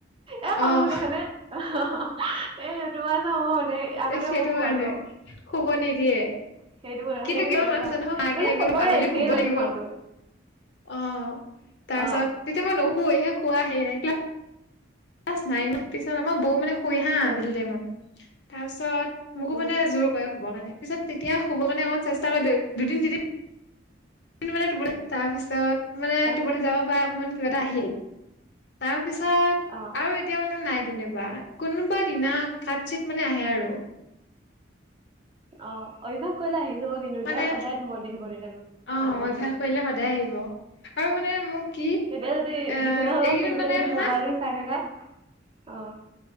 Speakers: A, on the right; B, on the left.
A: এ খং
B: অহ।
A: উঠে হয়নে এ তোমাৰ <unintelligible>
B: এ সেইটো
A: মোক খুৱাব
B: কাৰণে শুব নিদিয়ে।
A: সেইটো
B: কিন্তু
A: সেইটো
B: কিমান
A: গম
B: মানুহ
A: পাও
B: আছে নহয় মাকে
A: মানে
B: একে
A: চবৰে
B: আবেলি
A: একেই
B: শুব
A: লক্ষণটো
B: লাগিব। অ' তাৰপিছত
A: অ
B: তেতিয়া মই নুশুৱে। সেই শুৱা হেৰি নাই। ক্লা ক্লাছ নাইনত, পিছত আমাৰ বৌ মানে শুই হা আবেলি
A: উম
B: টাইমত। তাৰপিছত মোকো
A: উম
B: মানে জোৰ কৰে শুবৰ কাৰণে। পিছত তেতিয়া শুবৰ কাৰণে অকমান চেষ্টা কৰিলো। দুদিন তিদিন মানে টোপনি তাৰপিছত মানে
A: তাৰপিছত
B: টোপনি যাব পাৰে অকমান। কিবা এটা আহিল তাৰ তাৰপিছত
A: অ
B: আৰু এতিয়া মানে নাই। তেনেকুৱা, কোনোবা দিনা কাচিৎ মানে আহে আৰু।
A: অ' অভ্যাস কৰিলে আহি যাব। কিন্তু
B: মানে
A: দিয়া সদায় <unintelligible>
B: অ' অভ্যাস কৰিলে সদায় আহিব আৰু মানে মোৰ কি এ
A: তেতিয়া যদি
B: এইকিদিন
A: বিচনাখনত শুই পেলাই
B: মানে
A: যদি
B: নহয়
A: মোবাইলটো চাই থাকা অ'।